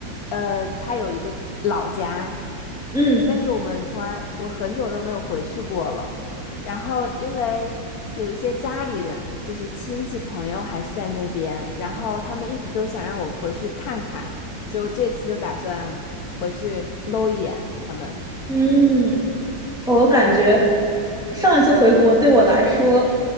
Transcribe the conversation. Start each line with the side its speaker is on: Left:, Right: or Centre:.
Left: 呃，她有一个老家，
Centre: 嗯
Left: 但是我们从来我很久都没有回去过了。然后因为有一些家里人，就是亲戚朋友还是在那边，然后他们一直都想让我回去看看，所以我这次就打算回去搂一眼他们。
Centre: 嗯，我感觉上一次回国对我来说，